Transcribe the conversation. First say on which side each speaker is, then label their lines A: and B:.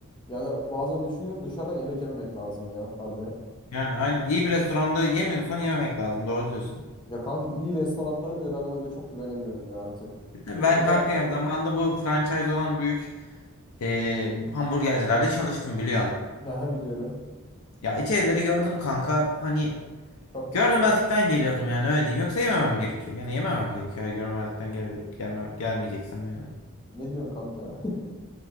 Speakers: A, on the left (about 20°); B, on the left (about 70°).
A: yani bazen düşünüyorum dışarıdan yemek yememek lazım ya harbi.
B: Yani aynen iyi bir restoranda yemiyorsan yememek lazım doğru diyorsun.
A: Ya kanka iyi restoranların bile ben öyle çok güvenemiyorum ya artık.
B: Ben
A: O kadar
B: kanka ya zamanında bu franchise olan büyük e, hamburgercilerde çalıştım biliyorsun.
A: <laughs> ha biliyorum.
B: Ya içerileri gördüm kanka hani
A: Çok kötü.
B: Görmemezlikten geliyordum yani öyle diyeyim. Yoksa yememem gerekiyor. Yani yememem gerekiyor. Eğer görmemezlikten gel gelme gelmeyeceksem yani.
A: Ne diyorum kanka ya?